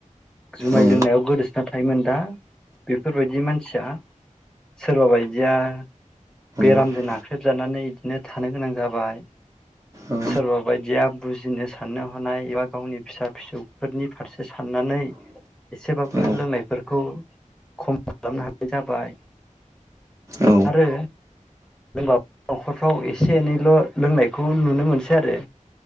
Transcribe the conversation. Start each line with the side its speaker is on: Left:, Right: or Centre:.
Centre: जुमाय
Right: औ
Centre: लोंनायाव गोदोसोना थायोमोन दा बेफोरबायदि मानसिया सोरबा बायदिया
Right: औ
Centre: बेरामजों नाख्रेबजानानै बिदिनो थानो गोनां जाबाय
Right: औ
Centre: सोरबा बायदिया बुजिनो साननो हनाय एबा गावनि फिसा फिसौफोरनि फारसे साननानै एसेबाबो
Right: औ
Centre: लोंनायफोरखौ खम खालामनो हानाय जाबाय
Right: औ
Centre: आरो न'खरफ्राव एसे एनैल' लोंनायखौ नुनो मोनसै आरो